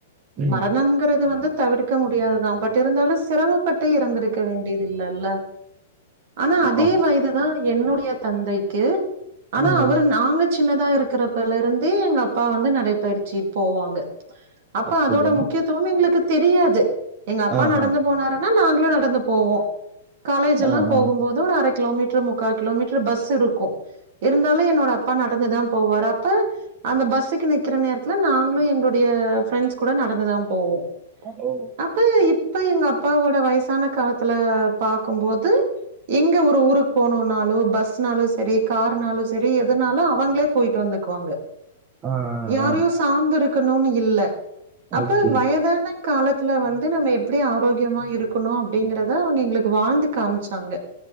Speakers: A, on the right; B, on the right.
A: ம்
B: மரணம்ங்கிறது வந்து தவிர்க்க முடியாதுதா பட் இருந்தாலு சிரமப்பட்டு இறந்திருக்க வேண்டியதில்லல்ல ஆனா
A: ஆமா
B: அது அதே
A: ஆமா
B: வயது தா என்னுடை ய தந்தைக்கு ஆனா
A: ம்
B: அவரு நாங்க சின்னதா இருக்கறப்பலரு ருந்து எங்க அப்பா வந்து நடைப்பயிற்சி போவாங்க அப்ப
A: அப்படியா
B: அதோட முக்கியத்துவம் எங்களுக்கு தெரியாது எங்க அப்பா
A: ஆ
B: நடந்து
A: ஆ
B: போனாருன்னா நாங் குளு நடந்து போவோ காலேஜ் எல்லா
A: ஆ
B: போகும்போது
A: ஆ
B: ஒரு அரை கிலோமீட்டர் முக்கா கிலோமீட்டர் பஸ் இருக்கு இருந்தாலு என்னோட அப்பா நடந்துதா போவாரு அப் போ அந்த பஸ்ஸுக்கு நிக்கிற நேரத்துல நாங்களு எங்களுடைய ஃப்ரெண்ட்ஸ் கூட நடந்துதா போவோ
A: ஓ
B: அப்ப இப்ப எங்க அப்பாவோட வயசான காலத்துல பாக்கும்போது எங் ஒரு ஊருக்கு போ னாலு பஸ்னாலு சரி கார்னாலு செரி எதுனாலு அவங்களே போயிட்டு வந்துக்குவாங்க
A: ஆ
B: யாரையு
A: ஆ
B: சார்ந்து இருக் க்கனுன்னு இல்ல அப்பொ
A: ஓகே
B: வயதான காலத் துல வந்து நம்ம எப்டி ஆரோக்கியமா இருக்கணு அப்டிங்றத அவங்க எங்களுக்கு வாழ்ந்து காமிச்சாங்க